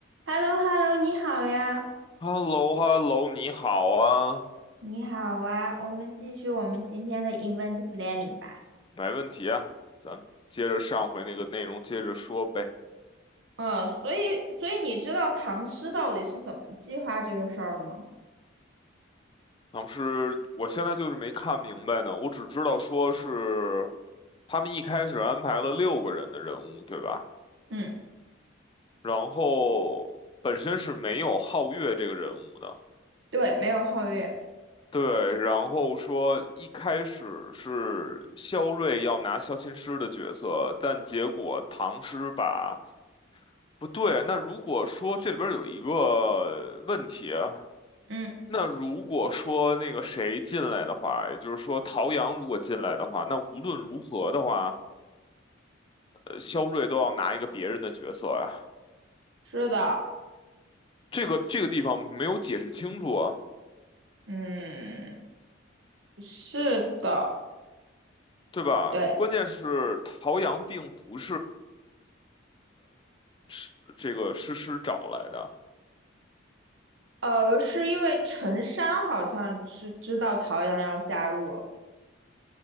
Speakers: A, on the right; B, on the left.
A: h e l l o h e l l o 你好呀，
B: h e l l o h e l l o 你好啊，
A: 你好啊，我们继续我们今天的 event planning 吧。
B: 没问题啊，咱们接着上回那个内容接着说呗。
A: 嗯，所以所以你知道唐诗到底是怎么计划这个事儿了吗？
B: 当时我现在就是没看明白呢，我只知道说是他们一开始安排了六个人的人物，对吧？
A: 嗯，
B: 然后本身是没有皓月这个人物的，
A: 对，没有皓月。
B: 对。然后说一开始是萧睿要拿萧琴师的角色，但结果唐诗把。不对，那如果说这里边儿有一个问题啊，
A: 嗯，
B: 那如果说那个谁进来的话，也就是说陶阳如果进来的话，那无论如何的话，呃，肖瑞都要拿一个别人的角色呀。
A: 是的，
B: 这个这个地方没有解释清楚啊，
A: 嗯，是的，
B: 对吧？
A: 对，
B: 关键是陶阳并不是是这个诗诗找来的，
A: 呃，是因为陈山好像是知道陶阳要加入，